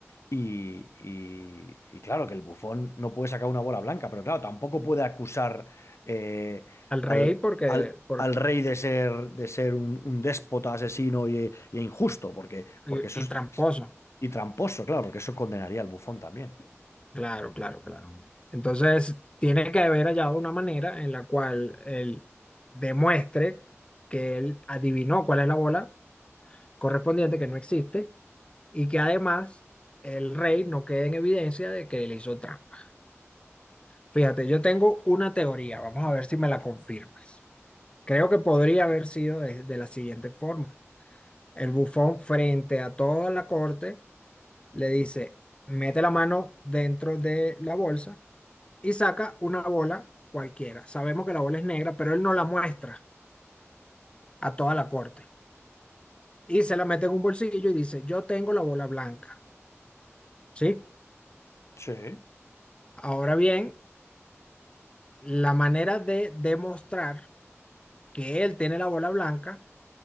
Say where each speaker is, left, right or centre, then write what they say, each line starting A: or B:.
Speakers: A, on the left; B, on the left.
A: y, y- y claro, que el Bufón no puede sacar una bola blanca, pero claro, tampoco puede acusar eh,
B: Al rey
A: al,
B: porque,
A: al-
B: por
A: al rey de ser, de ser un, un déspota, asesino y, y injusto, porque, porque
B: y,
A: eso
B: y
A: es.
B: tramposo.
A: Y tramposo, claro, porque eso condenaría al Bufón también.
B: Claro, claro, claro. Entonces, tiene que haber hallado una manera en la cual él demuestre que él adivinó cuál es la bola correspondiente que no existe y que además el rey no quede en evidencia de que él hizo trampa. Fíjate, yo tengo una teoría, vamos a ver si me la confirmas. Creo que podría haber sido de, de la siguiente forma. El bufón frente a toda la corte le dice, mete la mano dentro de la bolsa y saca una bola cualquiera. Sabemos que la bola es negra, pero él no la muestra a toda la corte. Y se la mete en un bolsillo y dice, yo tengo la bola blanca. ¿Sí?
A: Sí,
B: Ahora bien, la manera de demostrar que él tiene la bola blanca